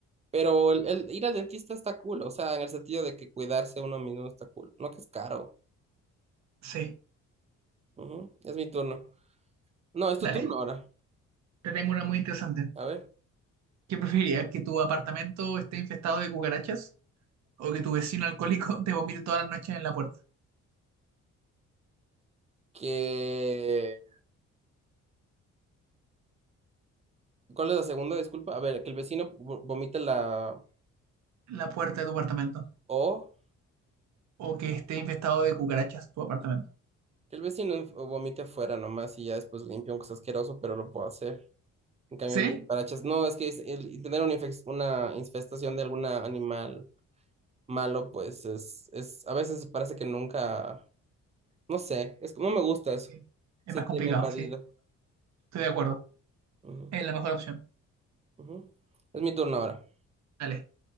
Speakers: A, on the right; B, on the right.
A: pero el, el ir al dentista está cool. O sea, en el sentido de que cuidarse uno mismo está cool. No que es caro.
B: Sí,
A: Ujú. Es mi turno. No, es tu
B: dale.
A: turno ahora.
B: Te tengo una muy interesante.
A: A ver.
B: ¿Qué preferirías? ¿Que tu apartamento esté infestado de cucarachas? ¿O que tu vecino alcohólico <laughs> te vomite todas las noches en la puerta?
A: Que... ¿Cuál es la segunda? Disculpa. A ver, que el vecino vo- vomite la...
B: La puerta de tu apartamento.
A: O...
B: ¿O que esté infestado de cucarachas tu apartamento?
A: Que el vecino vomite afuera nomás y ya después limpia, aunque sea asqueroso, pero lo puedo hacer. En cambio,
B: ¿Sí?
A: las cucarachas, no, es que es- el tener una, infec- una infestación de algún animal malo, pues es, es, a veces parece que nunca, no sé, es, que no me gusta eso.
B: Sí. Es
A: Se
B: más
A: tiene
B: complicado,
A: invadido.
B: sí. Estoy de acuerdo.
A: Ujú,
B: Es la mejor opción.
A: ujú. Es mi turno ahora.
B: Dale.